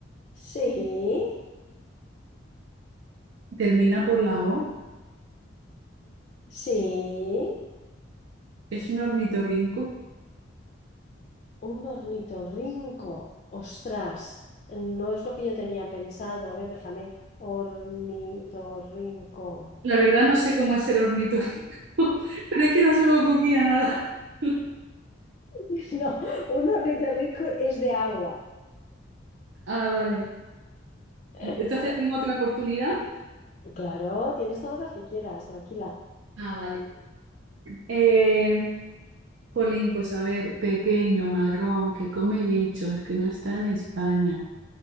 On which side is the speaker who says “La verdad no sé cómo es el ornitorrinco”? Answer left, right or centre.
Right